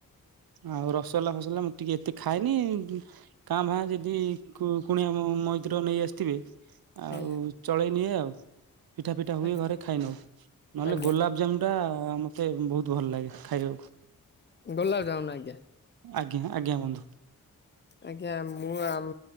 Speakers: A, on the right; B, on the left.
A: ଆଉ ରସୋଗୋଲା ଫସଗୋଲା ମୁଁ ଟିକେ ଏତେ ଖାଏନି। କାଁ ଭା ଯଦି କୁ କୁଣିଆମ ମଇିତର ନେଇ ଆସିଥିବେ ଆଉ
B: ଆଜ୍ଞା
A: ଚଳେଇ ନିଏ ଆଉ। ପିଠା ପିଠା ହୁଏ
B: ଆଜ୍ଞା
A: ଘରେ ଖାଇ ନଉ। ନହେଲେ
B: ଆଜ୍ଞା
A: ଗୋଲାପ ଜାମୁ ଟା-ଆ-ଆ ହ ମତେ ବହୁତ ଭଲ ଲାଗେ ଖାଇବାକୁ।
B: ଗୋଲାପଜାମୁନ ଆଜ୍ଞା
A: ଆଜ୍ଞା ଆଜ୍ଞା ବନ୍ଧୁ।
B: ଆଜ୍ଞା ମୁଁ ଆମ୍